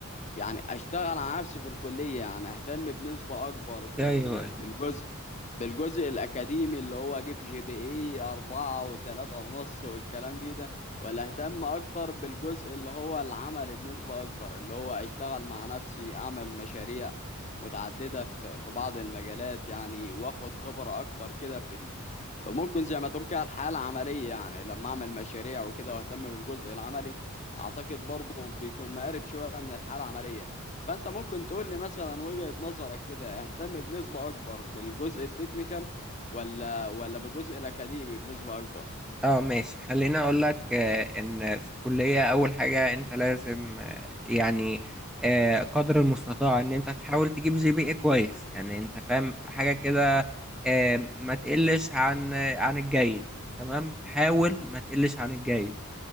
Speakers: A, on the left; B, in the centre.
A: يعني اشتغل على نفسي في الكلية يعني اهتم بنسبة اكبر بال...
B: ايوه ايوه
A: بالجزء بالجزء الاكاديمي اللي هو اجيب جي بي اي اربعة وتلاتة ونص والكلام دي ده ولا اهتم اكتر بالجزء اللي هو العملي بنسبة اكبر اللي هو اشتغل مع نفسي اعمل مشاريع متعددة في في بعض المجالات يعني واخد خبرة اكتر كده في ال... فممكن زي ما تقول كده الحياة العملية يعني لما اعمل مشاريع وكده واهتم بالجزء العملي اعتقد برضه بيكون مقارب شويه من الحاله العمليه فانت ممكن تقول لي مثلا وجهه نظرك كده اهتم بنسبه اكبر بالجزء التكنيكال ولا ولا بالجزء الاكاديمي بنسبه اكبر
B: اه ماشي خليني اقول لك آه، ان في الكليه اول حاجه انت لازم آه، يعني آه، قدر المستطاع ان انت تحاول تجيب جي بي اي كويس يعني انت فاهم حاجه كده آه، ما تقلش عن آه، عن الجيد تمام حاول ما تقلش عن الجيد